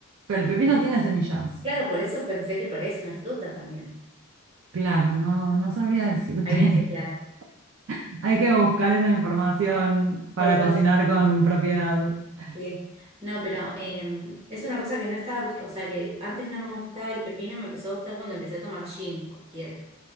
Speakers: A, on the right; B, on the right.
A: Pero el pepino tiene semillas.
B: Claro, por eso pensé que por ahí es una fruta también.
A: Claro, no, no sabría decirte.
B: Hay que chequear.
A: <laughs> Hay que buscar esa información para
B: Total,
A: cocinar con propiedad. <laughs>
B: sí. No, pero eh, es una cosa que no estaba... acost- O sea, que antes no me gustaba el pepino, me empezó a gustar cuando empecé a tomar gin, cualquiera.